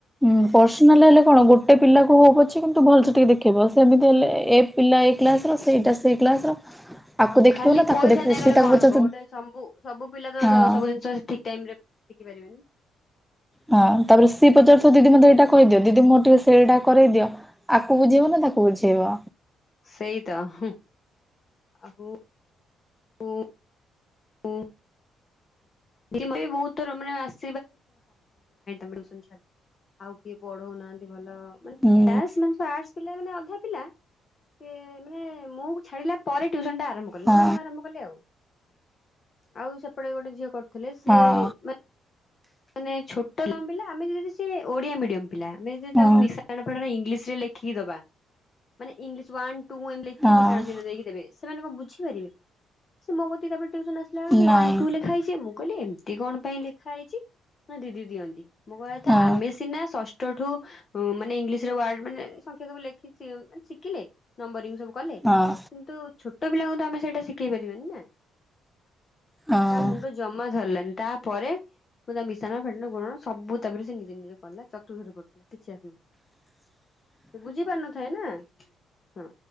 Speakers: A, in the centre; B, on the left.
A: ହୁଁ ପର୍ସନାଲ ହେଲେ କଣ ଗୋଟେ ପିଲାକୁ ହଉ ପଛେ କିନ୍ତୁ ଭଲସେ ଟିକେ ଦେଖି ହେବ ସେମିତି ହେଲେ ଏ ପିଲା ଏଇ କ୍ଲାସ ର ସେଇଟା ସେଇ କ୍ଲାସ ର ଆକୁ
B: ଆଉ
A: ଦେଖିବ
B: ଖାଲି
A: ନା
B: ପଇସା
A: ତାକୁ ଦେଖିବ
B: ନେଇଗଲେ
A: ସିଏ ତାକୁ
B: କଣ
A: ପଚାରୁଥିବ
B: ହବ ଗୋଟେ ସମ୍ବୁ ସବୁ ପିଲା ତ
A: ହଁ।
B: ସବୁ ଜିନିଷ ଠିକ ଟାଇମରେ ଶିଖି ପାରିବେନି?
A: ହଁ ତାପରେ ସିପ ପଚାରୁଥିବ ଦିଦି ମତେ ଏଇଟା କହିଦିଅ ଦିଦି ମୋର ଟିକେ ସେଇଟା କରେଇଦିଅ ଆକୁ ବୁଝେଇବ ନା ତାକୁ ବୁଝେଇବ।
B: ସେଇତ ହୁଁ ଆଉ ଉଁ ଉଁ ଯେତେ ବହୁତ ଥର ମାନେ ଆସ <unintelligible> ଆଉ କିଏ ପଢଉନାହାନ୍ତି ଭଲ ମାନେ
A: ହୁଁ
B: ଆସ <unintelligible> ଆର୍ଟ୍ସ ପିଲା ମାନେ ଅଧା ପିଲା ସିଏ ମାନେ ମୁଁ ଛାଡିଲା ପରେ ଟ୍ୟୁସନ ଟା ଆରମ୍ଭ କଲି
A: ହଁ
B: ନୂଆ ନୂଆ ଆରମ୍ଭ କଲି ଆଉ ଆଉ ସେପଟେ ଗୋଟେ ଝିଅ କରିୁଥିଲେ ସିଏ
A: ହଁ।
B: ମା ମାନେ ଛୋଟ ନ ପିଲା ଆମେ ଯଦି ସିଏ ଓଡ଼ିଆ ମିଡିୟମ ପିଲା ଆମେ ଯଦି
A: ହଁ
B: ତାଙ୍କୁ ମିଶାଣ ଫେଡାଣ ଇଂଲିସ୍ ରେ ଲେଖିକି ଦବା ମାନେ ଇଂଲିସ୍ ୱାନ ଟୁ ଏମିତି ଲେଖ୍
A: ହଁ
B: କି ମିଶାଣ ଚିହ୍ନ ଦେଇକି ଦେବେ ସେମାନେ କଣ ବୁଝି ପାରିବେ ସେ ମୋ କତିକି ତାପରେ ଟୁସନ ଆସିଲା ବେଲକୁ
A: ନାଇଁ
B: ୱାନ ଟୁ ଲେ ଲେଖା ହେଇଛି ମୁଁ କହିଲି ଏମିତି କଣ ପାଇଁ ଲେଖା ହେଇଛି ନା ଦିଦି ଦିଅନ୍ତି। ମୁଁ କହିବା କଥା
A: ହଁ
B: ଆମେ ସିନା ଷଷ୍ଠ ଷ୍ଠ ଠୁ ଉଁ ମାନେ ଇଂଲିଶରେ ୱାର୍ଡ଼ ମାନେ ସଂଖ୍ୟା ସବୁ ଲେଖିଚି ମାନେ ଶିଖିଲେ ନମ୍ବରିଙ୍ଗ ସବୁ କଲେ କିନ୍ତୁ
A: ହଁ
B: ଛୋଟ ପିଲାଙ୍କୁ ତ ଆମେ ସେଇଟା ଶିଖେଇ ପାରିବାନି ନା!
A: ହଁ।
B: ତା ମୁଣ୍ଡ ଜମା ଧରିଲାନି ତାପରେ ମୁଁ ତା ମିଶାଣ, ଫେଡାଣ, ଗୁଣନ ସବୁ ତାପରେ ସିଏ ନିଜେ ନିଜେ କଲା ଚତୁର୍ଥରେ ପଢ଼ୁଥିଲା କିଛି ଆସୁନ
A: <inaudible>
B: ସେ ବୁଝି ପାରୁନଥାଏ ନା ହଁ।